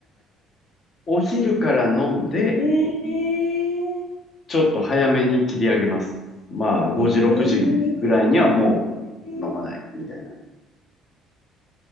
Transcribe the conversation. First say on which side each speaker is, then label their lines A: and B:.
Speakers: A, on the left; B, on the left.
A: お昼から飲んで、
B: ええ
A: ちょっと早めに切り上げます。まあ、5時、
B: え
A: 6時ぐらいにはもう飲まない、
B: え
A: みたいな。